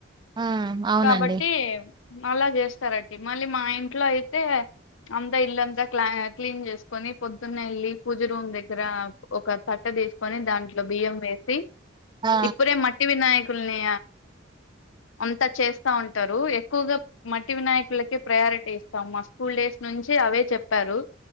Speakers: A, on the right (about 20°); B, on the left (about 85°).
A: ఆ! అవునండి.
B: కాబట్టి అలా చేస్తారండి మళ్ళీ మా ఇంట్లో అయితే అంతా ఇల్లంతా క్లా క్లీన్ చేసుకొని పొద్దున్నాయిల్లి పూజ రూమ్ దగ్గర ఒక తట్ట తీసుకొని దాంట్లో బియ్యం వేసి
A: ఆ!
B: ఇప్పుడే మట్టి వినాయక కుల్నీ అంతా చేస్తా ఉంటారు ఎక్కువగా మట్టి వినాయకులకి ప్రయారిటీ ఇస్తాము మా స్కూల్ డేస్ నుంచి అవే చెప్పారు